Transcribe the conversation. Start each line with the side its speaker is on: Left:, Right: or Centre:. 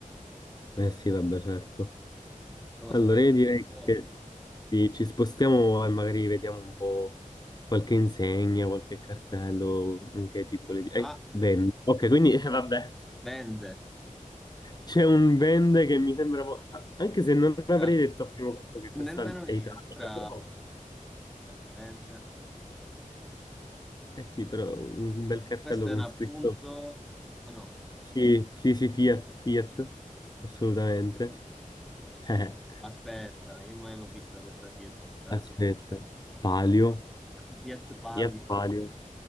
Left: Eh sì, vabbè, certo.
Centre: prova
Left: Allora,
Centre: a spostare
Left: io direi
Centre: un po'.
Left: che sì, ci spostiamo e magari vediamo un po' qualche insegna, qualche cartello, anche tipo le... Eh,
Centre: Ah,
Left: bene. Ok, quindi, <laughs> eh, vabbè.
Centre: vende.
Left: C'è un vende che mi sembra, mo- anche se non
Centre: Sembra,
Left: avrei detto a primo colpo che
Centre: nemmeno
Left: questa è
Centre: io,
Left: Italia,
Centre: sembra,
Left: però,
Centre: cioè, vende.
Left: eh sì, però un bel cartello
Centre: Questa è
Left: con
Centre: una
Left: scritto
Centre: punto, o no?
Left: sì, sì, sì, Fiat, Fiat, assolutamente. Eh,
Centre: Aspetta, io mai l'ho vista questa Fiat in Italia.
Left: aspetta, Palio,
Centre: <laughs> Fiat Palio.
Left: Fiat Palio,